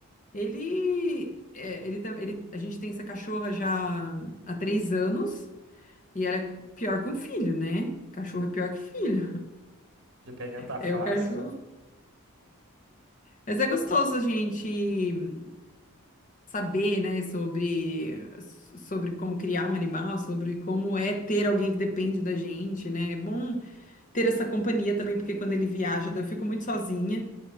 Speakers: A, on the left; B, on the right.
A: ele, é, ele, tam- ele- a gente tem essa cachorra já há três anos e ela é pior que um filho, né? Cachorro é pior que filho.
B: Dependendo da
A: É
B: fase.
A: o cachorro. Mas é gostoso a gente saber, né, sobre, sobre como criar um animal, sobre como é ter alguém que depende da gente, né? É bom ter essa companhia também, porque quando ele viaja, eu fico muito sozinha.